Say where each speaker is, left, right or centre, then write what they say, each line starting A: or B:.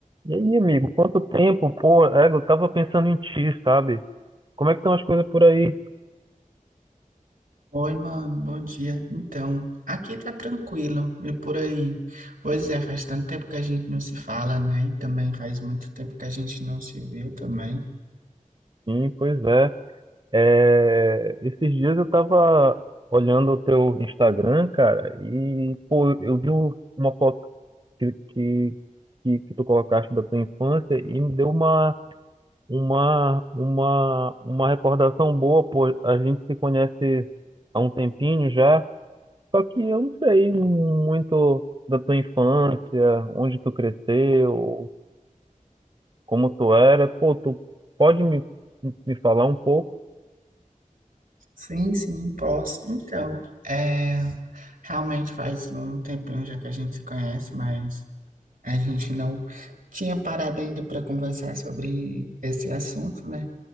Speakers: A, on the right; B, on the right.
A: E aí, amigo, quanto tempo? Pô, é, eu tava pensando em ti, sabe? Como é que estão as coisas por aí?
B: Oi, mano, bom dia. Então, aqui tá tranquilo e por aí. Pois é, faz tanto tempo que a gente não se fala, né? E também faz muito tempo que a gente não se viu também.
A: Sim, pois é. É, esses dias eu tava olhando o teu Instagram, cara, e, pô, eu vi uma foto que, que, que, que tu colocaste da tua infância e me deu uma, uma, uma, uma recordação boa, pô. A gente se conhece há um tempinho já. Só que eu não sei muito da tua infância, onde tu cresceu, como tu era. Pô, tu pode me, me falar um pouco?
B: Sim, sim, posso. Então, é, realmente faz um tempinho já que a gente se conhece, mas a gente não tinha parado ainda para conversar sobre esse assunto, né?